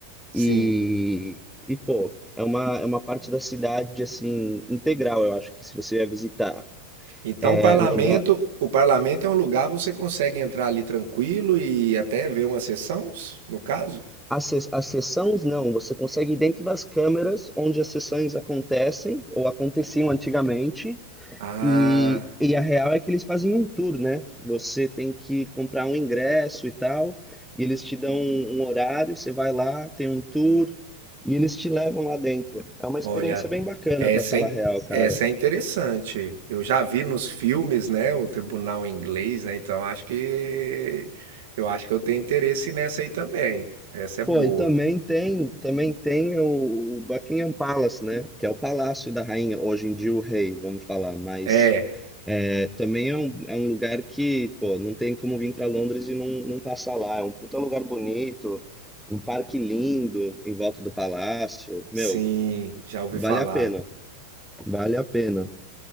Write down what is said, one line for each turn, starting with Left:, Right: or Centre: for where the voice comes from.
Right: sim.
Centre: E, e pô, é uma, é uma parte da cidade, assim, integral, eu acho que se você vai visitar.
Right: Então,
Centre: É
Right: o parlamento,
Centre: um lugar.
Right: o parlamento é um lugar você consegue entrar ali tranquilo e até ver uma sessão, s- no caso?
Centre: As, se- as sessões, não, você consegue ir dentro das câmeras onde as sessões acontecem, ou aconteciam antigamente.
Right: Ah.
Centre: E, e a real é que eles fazem um tour, né? Você tem que comprar um ingresso e tal, e eles te dão um, um horário, você vai lá, tem um tour, e eles te levam lá dentro. É uma experiência
Right: Olha,
Centre: bem bacana,
Right: essa
Centre: pra falar
Right: é, in-
Centre: a real, cara.
Right: essa é interessante. Eu já vi nos filmes, né, o tribunal inglês, né? Então acho que eu acho que eu tenho interesse nessa aí também. Essa é boa.
Centre: Pô, e também tem, também tem o o Buckingham Palace, né? Que é o palácio da rainha, hoje em dia o rei, vamos falar, mas
Right: É,
Centre: é, também é um, é um lugar que, pô, não tem como vir para Londres e não, não passar lá. É um puta lugar bonito, um parque lindo em volta do palácio. Meu,
Right: sim, já ouvi
Centre: vale
Right: falar.
Centre: a pena, vale a pena.